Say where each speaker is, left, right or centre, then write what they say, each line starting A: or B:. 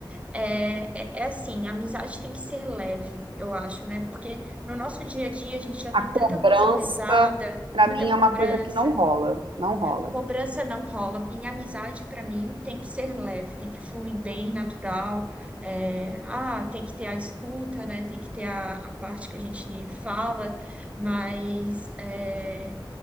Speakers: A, on the right (about 15°); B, on the right (about 90°).
A: é, é, é assim, a amizade tem que ser leve, eu acho, né? Porque no nosso dia a dia a gente já
B: A
A: tem
B: cobrança,
A: tanta coisa pesada,
B: pra
A: muita
B: mim, é
A: cobrança.
B: uma coisa que não rola, não rola.
A: Cobrança não rola. Em amizade, para mim, tem que ser leve, tem que fluir bem, natural. É, ah, tem que ter a escuta, né? Tem que ter a, a parte que a gente fala, mas é,